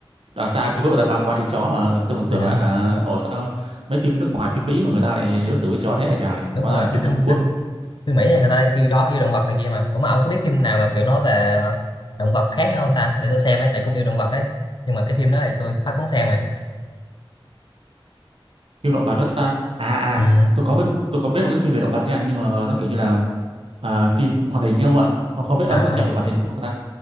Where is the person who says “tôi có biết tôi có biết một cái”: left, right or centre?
Right